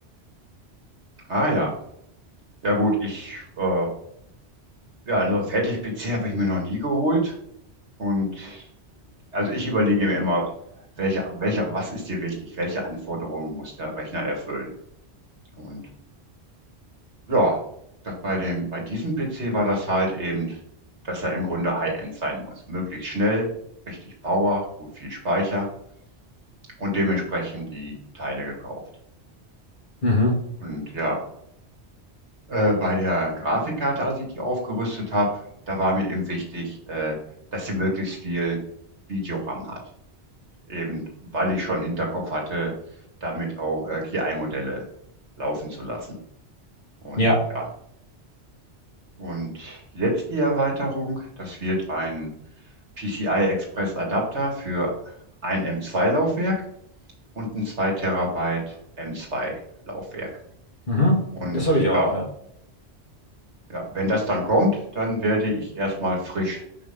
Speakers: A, on the right; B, on the left.
A: ah ja, ja gut, ich, äh, ja, einen Fertig-PC habe ich mir noch nie geholt und also ich überlege mir immer, welche, welche, was ist dir wichtig? Welche Anforderungen muss der Rechner erfüllen? Und ja, das bei dem, bei diesem PC war das halt eben, dass er im Grunde High-End sein muss. Möglichst schnell, richtig Power, gut viel Speicher. und dementsprechend die Teile gekauft.
B: Mhm.
A: Und ja, äh, bei der Grafikkarte, als ich die aufgerüstet habe, da war mir eben wichtig, äh, dass sie möglichst viel Videoram hat. Eben weil ich schon Hinterkopf hatte, damit auch äh, KI-Modelle laufen zu lassen. Und
B: Ja,
A: ja, und jetzt die Erweiterung, das wird ein PCI Express Adapter für ein M2-Laufwerk und ein 2 Terabyte M2-Laufwerk.
B: mhm.
A: Und
B: Das habe ich auch,
A: ja,
B: ja.
A: Ja, wenn das dann kommt, dann werde ich erstmal frisch